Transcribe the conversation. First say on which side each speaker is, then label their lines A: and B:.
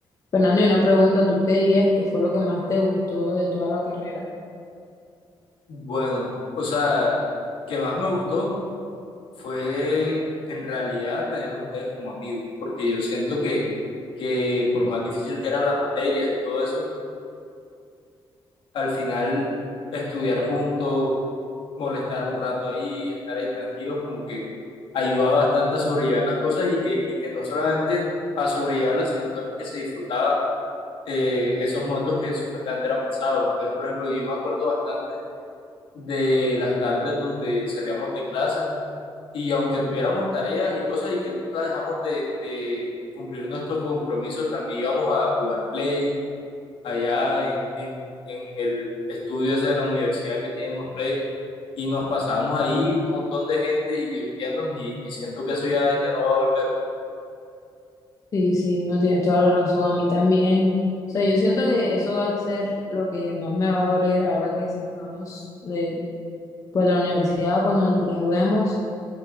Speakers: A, on the left; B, on the left.
A: Fernando, y una pregunta, ¿tú qué dirías que fue lo que más te gustó de toda la carrera?
B: Bueno, o sea, que más me gustó fue en realidad tenerlos ustedes como amigos, porque yo siento que, que por más difícil que eran las materias y todo eso, al final estudiar juntos, molestar un rato ahí, estar ahí tranquilos, como que ayudaba bastante a sobrellevar las cosas y que, y que no solamente a sobrellevarlas, sino también que se disfrutaba eh, esos momentos que supuestamente eran pesados. Entonces, por ejemplo, yo me acuerdo bastante de las tardes donde salíamos de clase Y aunque tuviéramos tareas y cosas y que nunca dejamos de, de cumplir nuestros compromisos, también íbamos a jugar play allá en, en, en el estudio ese de la universidad que tiene unos play y nos pasábamos ahí un montón de gente y divirtiéndonos y, y siento que eso ya, ya no va a volver.
A: Sí, sí, no tienes toda la razón, a mí también. O sea, yo siento que eso va a ser lo que más me va a doler ahora que salgamos de, pues, de la universidad, cuando nos graduemos.